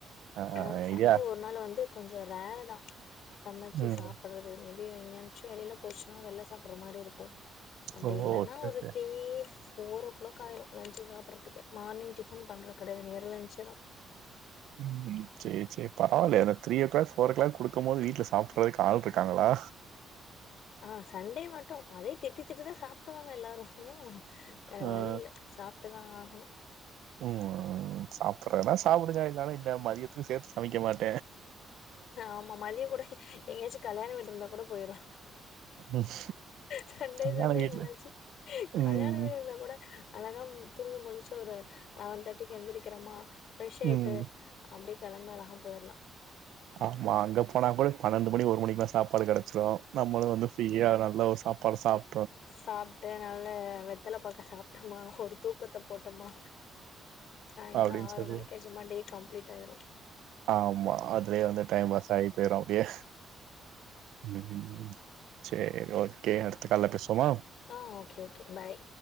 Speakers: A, on the right (about 85°); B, on the left (about 70°).
A: ஆ
B: அதனால சண்டே
A: ஐடியா
B: ஒரு நாள் வந்து கொஞ்சோ ரேர்ருதா சமச்சு
A: ம்.
B: சாப்பறது <unintelligible> எஞ்யாச்சு வெளில போச்சுனா வெள்ள சாப்ற மாரி இருக்கு அப்டி
A: ஓ!
B: இல்லன்னா
A: ஓகே,
B: ஒரு
A: ஓகே.
B: தீஃப் ஃபோரோ க்ளாக் ஆய்ரு லச் சாப்பற்துக்கே மார்னிங் டிப் டிபன் பண்றது கெடையாது நேரா லஞ்சுதா
A: உம் சேர் சேர் பரவால த்ரீ ஓ கிளாக் ஃபோரோ கிளாக் குடுக்கும் போது வீட்ல சாப்பட்றதுக்கு ஆள் இருக்காங்களா
B: ஆஹ் சண்டே மட்டு அதே திட்டி திட்டிதா சாப்டுவாங்க எல்லாரு வேற
A: ஆஹ்
B: வழி இல்ல சாப்ட்டுதா ஆகணு
A: உம் சாப்றதுன்னா சாப்டுங்க இல்லனா மதியத்துக்கு சேத்து சமைக்க மாட்
B: ஆமா மதிய கூட எங்கயாச்சு கல்யாண வீடா இருந்தா கூட போயிட
A: ம்.
B: சண்டே
A: கல்யாண
B: சண்டே
A: வீட்ல
B: எங்கனாச்சு
A: ம்.
B: கல்யாண வீடா இருந்தா கூட அழகா தூங்கி முழிச்சு ஒரு லெவன் தேர்ட்டிக்கு எந்திரிக்கறமா ஃப்ரெஷ் ஆய்ட்டு
A: ம்.
B: அம்மி கெளம்பி அழகா போயிறலா
A: ஆமா அங்க போனா கூட பன்னெண்டு மணி ஒரு மணிக்கெல்லாம் சாப்பாடு கெடக் சோ நம்லு வந்து ஃப்ரீயா நல்லா ஒரு சாப்பாடு சாப்
B: சாப்பிட்டேன் நல்லா வெத்தலை பாக்கெ சாப்பிட்டோமா ஒரு தூக்கத்தை போட்டோமா சாயங்காலோ
A: அப்டின்னு
B: ஆறு
A: சொல்லி
B: மணிக்கு ஆச்சுமா டே கம்ப்ளீட் ஆயிரு
A: ஆமா அதுலயே வந்து டைம் பாஸ் ஆய் போயிரும் அப்டியே உம் சேரி ஓகே கே அடுத்தகால்லே பேசுவோமா
B: ஆ ஓகே ஓகே பாய்